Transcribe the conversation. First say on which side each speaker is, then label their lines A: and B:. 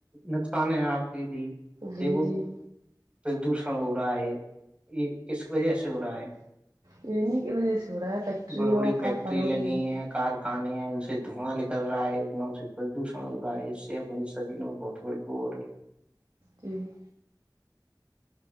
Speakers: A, on the right; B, on the right.
A: نقصان ہیں آپ کے لیے
B: جی
A: دیکھو
B: جی
A: پردوشن ہو رہا ہے یہ کس وجہ سے ہو رہا ہے
B: انہی کی وجہ سے ہو رہا فیکٹریوں
A: بڑی بڑی
B: اور
A: فیکٹری
B: کارخانوں
A: لگی
B: کی وجہ
A: ہیں کارخانے ہیں ان سے دھوناں نکل رہا ہے ان سے پردوشن ہو رہا ہے اس سے اپنے شریر میں بہت تھڑ بور
B: جی